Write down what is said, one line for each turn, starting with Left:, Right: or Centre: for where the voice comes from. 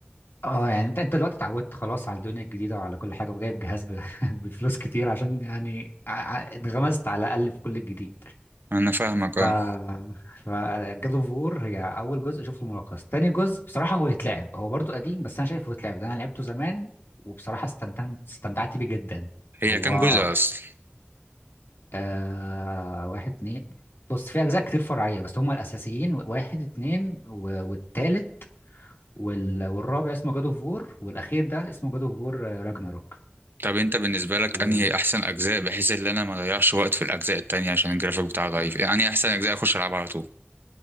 Left: اه يعني انت انت دلوقتي اتعودت خلاص على الدنيا الجديدة وعلى كل حاجة وجايب جهاز ب- <laughs> بفلوس كتير عشان يعني ع- ع- انغمست على الأقل في كل الجديد
Right: انا فاهمك اه
Left: ف ف جاد اوف وور هي أول جزء شفته ملخص تاني جزء بصراحة هو يتلعب هو برضو قديم بس أنا شايفه يتلعب ده أنا لعبته زمان وبصراحة استمتعت استمتعت بيه جدا
Right: هي
Left: هو
Right: كام جزء اصلا
Left: آه واحد اتنين بص في أجزاء كتير فرعية بس هما الأساسيين واحد اتنين و- والتالت وال... والرابع اسمه جاد اوف وور والاخير ده اسمه جاد اوف وور راجناروك
Right: طب انت بالنسبه لك
Left: وال...
Right: انهي احسن اجزاء بحيث ان انا ما اضيعش وقت في الاجزاء التانية عشان الجرافيك بتاعه ضعيف يعني انهي احسن اجزاء اخش العبها على طول